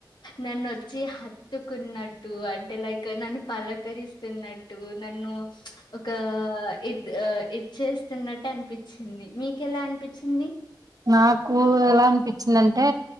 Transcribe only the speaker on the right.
నాకు ఎలా అనిపించిందంటే